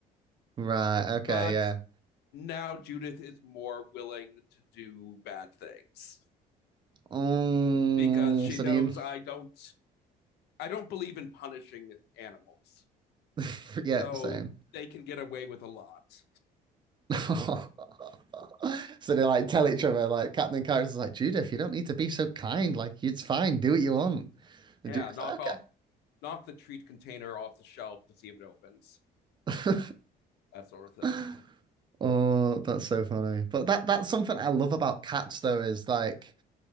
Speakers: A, on the right; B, on the left.
A: Right, okay,
B: But
A: yeah.
B: now Judith is more willing to do bad things
A: Oh,
B: because she
A: so
B: knows
A: the in
B: I don't I don't believe in punishing animals.
A: <laughs> yeah,
B: So
A: same.
B: they can get away with a lot.
A: <laughs> So they like tell each other, like Captain Character's like, Judith, you don't need to be so kind, like it's fine, do what you want. And
B: Yeah,
A: Judith's
B: knock
A: like,
B: all knock the treat container off the shelf to see if it opens.
A: okay.
B: That sort of thing.
A: <laughs> Oh, that's so funny. But that that's something I love about cats though is like